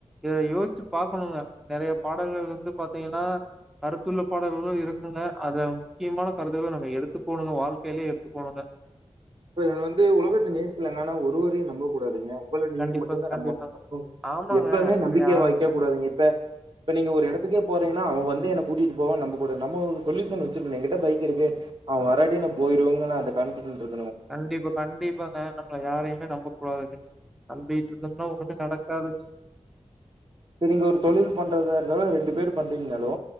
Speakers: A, in the centre; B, on the right (about 45°).
A: ய யோச்சு பாக்கணுங்க நெறையப் பாடல்கள் வந்து பாத்தீங்கனா கருத்துள்ள பாடல்களு இருக்குங்க அது முக்கியமான கருத்துகள நம்ம எடுத்துக்கோணுங்க வாழ்க்கைலே எடுத்துக்கோணுங்க
B: இப்ப இது வந்து உலகத்த நேசிக்லாங்க ஆனா ஒருவரையு நம்பக் கூடாதுங்க உங்கள நீங்க
A: கண்டிப்பாங்க,
B: மட்டுந்தா
A: கண்டிப்பாங்க.
B: நம்பணு எப்பவு
A: ஆமாங்க.
B: எப்பவுமே
A: இப்ப
B: நம்பிக்கைய
A: யாரும்
B: வைக்க கூடாதுங்க இப்ப இப்போ நீங்க ஒரு எடத்துக்கே போறீங்கனா அவ வந்து என்ன கூட்டிட்டு போவான் நம்பக் கூடாது நம்ம ஒரு சொல்யூஷன் வெச்சிருக்கணு எங்கிட்ட பைக் இருக்கு அவ வராட்டியு நா போயிருவேங்கற அந்த கான்ஃபிடன்ட்ருக்
A: கண்டிப்பா கண்டிப்பாங்க ன நா யாரையுமே நம்பக்கூடாதுங்க நம்பிட்டு இருந்தம்னா ஒன்னு நடக்காதுங்க
B: செரிங்க ஒரு தொழில் பண்றதா இருந்தாலு ரெண்டு பேர் பண்றீங்னாலு